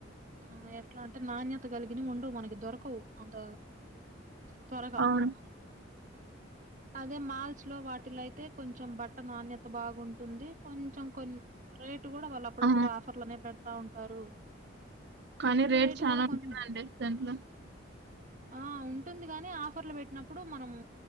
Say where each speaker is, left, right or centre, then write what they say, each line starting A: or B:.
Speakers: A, on the right; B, on the right.
A: హా ఎట్లా అంటే నాణ్యత గలిగిన ఉండవు మనకి దొరకవు అంత త్వరగా
B: అవును
A: అదే మాల్స్ లో వాటిల్లో అయితే కొంచెం బట్ట నాణ్యత బాగుంటుంది కొంచెం కొం రేటు కూడా వాళ్ళు అప్పుడప్పుడు
B: ఆ
A: ఆఫర్లు పెడతానే ఉంటారు
B: కానీ రేట్
A: రేటు
B: చానా
A: గూడా కొంచెం
B: ఉంటుందండి దాంట్లో
A: ఆ ఉంటుంది కాని ఆఫర్లు పెట్టినప్పుడు మనము